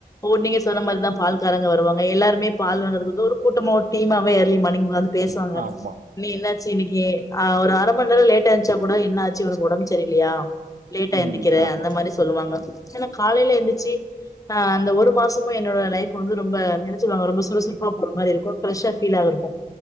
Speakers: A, on the left; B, on the right.
A: ஓ நீங்க சொன்ன மாரிதா பால் காரங்க வருவாங்க எல்லாருமே பால் வாங்குரக்கு ஒரு கூட்டமா ஒரு டீமாவே ஏர்லி மானிங் வந் பேசுவாங்க
B: ஆமா
A: நீ என்னாச்சு இன்னக்கி ஆ ஒரு அர மண் நேர லேட்டா எந்ச்சா கூட என்ன ஆச்சு இவளுக்கு ஒடம்பு சரியில்லையா லேட்டா
B: ம்
A: எந்திக்கிற
B: ஆமா
A: அந்த மாரி சொல்லுவாங்க ஏன்னா காலைல எந்துச்சு அ அந்த ஒரு மாசமு என்னோட லைஃப் வந்து ரொம்ப என்ன சொல்வாங்க ரொம்ப சுறுசுறுப்பா போற மாரி இருக்கு ஃப்ரெஷ்ஷா ஃபீலாவு இருக்கு